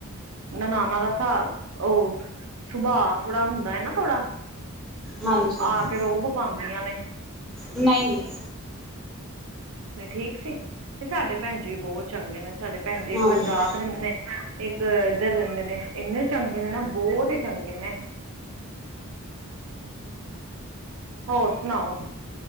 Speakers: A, on the right (about 70°); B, in the centre.
A: ਨਨਾਨਾ ਦਾ ਹਿਸਾਬ ਉਹ ਸੁਭਾਅ ਥੋੜਾ ਹੁੰਦਾ ਹੈ ਨਾ ਥੋੜਾ
B: ਹਾਂਜੀ ਹਾਂਜੀ
A: ਆ ਕੇ ਰੋਬ ਪਾਉਂਦੀਆਂ
B: ਨਹੀਂ ਨਹੀਂ
A: ਨੇ ਠੀਕ ਸੀ ਤੇ ਸਾਡੇ ਭੈਣ ਜ ਵੀ ਬਹੁਤ ਚੰਗੇ ਨੇ ਸਾਡੇ ਭੈਣ ਜ
B: ਹਾਂਜੀ
A: ਪੰਜਾਬ ਰਹਿੰਦੇ ਨੇ ਇੱਕ ਇੱਧਰ ਰਹਿੰਦੇ ਨੇ ਇੰਨੇ ਚੰਗੇ ਨੇ ਨਾ ਬਹੁਤ ਹੀ ਚੰਗੇ ਨੇ ਹੋਰ ਸੁਣਾਓ